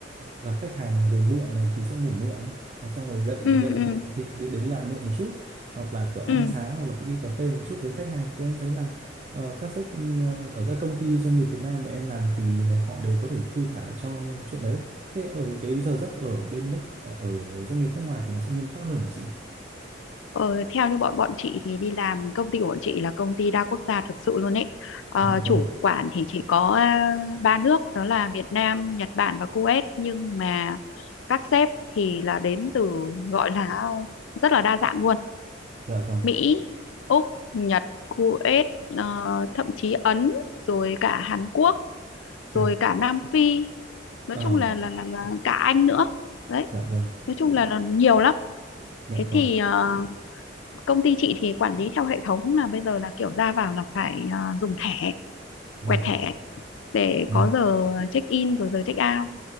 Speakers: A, on the right; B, on the left.
A: gặp khách hàng về muộn này thì sẽ ngủ muộn và xong rồi dậy
B: ừ
A: dậy muộn
B: ừ.
A: thì đi- đến làm muộn một chút hoặc là kiểu
B: ừ.
A: ăn sáng hoặc là đi cà phê một chút với khách hàng thì em thấy là ờ, các sếp ừm, ờ, ở các công ty doanh nghiệp Việt Nam mà em làm thì họ đều có thể thư thả cho chuyện đấy thế ở cái giờ giấc ở bên nước ở ở doanh nghiệp nước ngoài thì nó sẽ nghiêm khắc hơn hả chị
B: Ờ, theo như bọn bọn chị thì đi làm công ty của bọn chị là công ty đa quốc gia thực sự luôn ấy. Ờ,
A: dạ vâng
B: chủ quản thì chỉ có à, ba nước đó là Việt Nam, Nhật Bản và Kuwait nhưng mà các sếp thì là đến từ gọi là rất là đa dạng luôn
A: dạ vâng
B: Mỹ, Úc, Nhật, Kuwait, ờ, thậm chí Ấn, rồi cả Hàn Quốc,
A: dạ
B: rồi cả Nam Phi, nói
A: ờ
B: chung là là là, là cả Anh nữa. Đấy,
A: dạ vâng
B: nói chung là, là nhiều lắm.
A: dạ
B: Thế
A: vâng
B: thì ờ, công ty chị thì quản lý theo hệ thống là bây giờ là kiểu ra vào là phải ờ, dùng thẻ,
A: dạ
B: quẹt
A: vâng
B: thẻ để
A: dạ
B: có giờ check in rồi giờ check out,